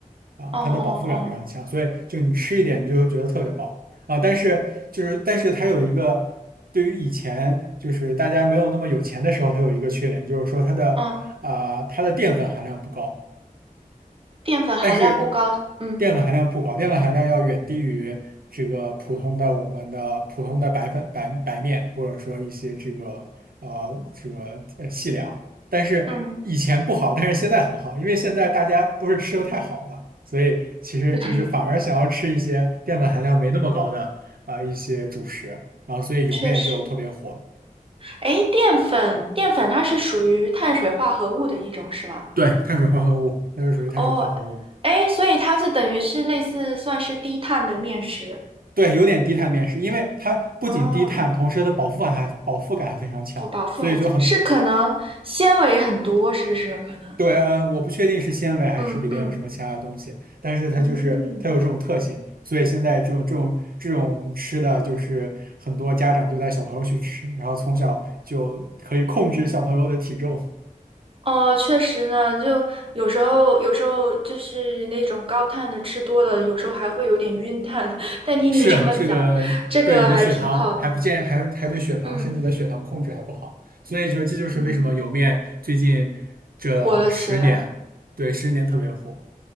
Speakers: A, on the right; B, on the right.
A: 啊，
B: 哦哦，
A: 它的饱腹感非常强，
B: 哦
A: 所以就你吃一点你就会觉得特别饱啊。但是就是但是它有一个对于以前就是大家没有那么有钱的时候，它有一个缺点，就是说它的啊、
B: 嗯，
A: 它的淀粉含量不高
B: 淀粉含量不高，
A: 但是
B: 嗯
A: 淀粉含量不高，淀粉含量要远低于这个普通的我们的普通的白粉白白面，或者说一些这个呃这个呃细粮。但是以前不好，
B: 嗯，
A: 但是现在很好，因为现在大家都是吃的太好了，所以其实就是反而想要吃一些淀粉含量没那么高的啊、
B: 对，
A: 呃一些主食，然后所以莜面就特别火。
B: 确实。哎，淀粉淀粉它是属于碳水化合物的一种，是吗？
A: 对，碳水化合物，那就属于碳水化合物。
B: 哦，哎，所以它就等于是类似算是低碳的面食。
A: 对，有点低碳面食，因为它不仅低碳，
B: 哦。
A: 同时它的饱腹感还饱腹感还非常强，
B: 不饱腹还强，
A: 所以就很
B: 是可能纤维很多，是不是？可能，
A: 对。嗯，我不确定是纤维还是里边有什么其他的东西，
B: 嗯嗯
A: 但是它就是它有这种特性，
B: 嗯，
A: 所以现在这种这种这种吃的就是很多家长就带小朋友去吃，然后从小就可以控制小朋友的体重。
B: 哦，确实呢，就有时候有时候就是那种高碳的吃多了，有时候还会有点晕碳。<laughs> 但听你这么讲，
A: 是这个对你的血糖还不健，
B: 这个还挺好，
A: 还还对血糖身体的血糖控制还不好，
B: 嗯
A: 所以就这就是为什么莜面最近这十年，
B: 嗯，火了起来，
A: 对十年特别火。